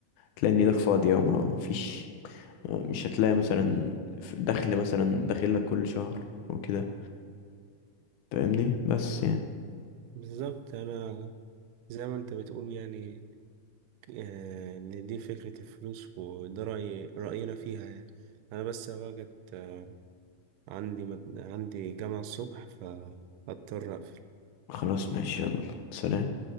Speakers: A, on the left (about 75°); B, on the right (about 85°).
A: تلاقي ان
B: مم.
A: ايدك فاضية وما فيش مش هتلاقي مثلا دخل مثلا داخل لك كل شهر وكده فاهمني بس يعني
B: بالظبط أنا زي ما أنت بتقول يعني آه، إن دي فكرة الفلوس وده رأي رأينا فيها يعني أنا بس بقى جت آه، عندي مد... عندي جامعة الصبح فاضطر أقفل
A: خلاص ماشي يلا سلام